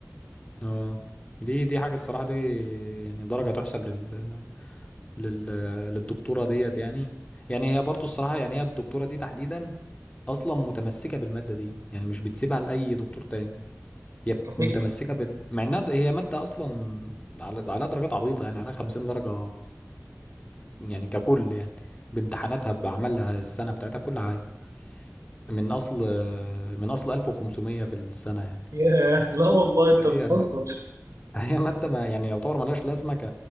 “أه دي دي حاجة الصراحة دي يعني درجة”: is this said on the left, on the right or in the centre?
Left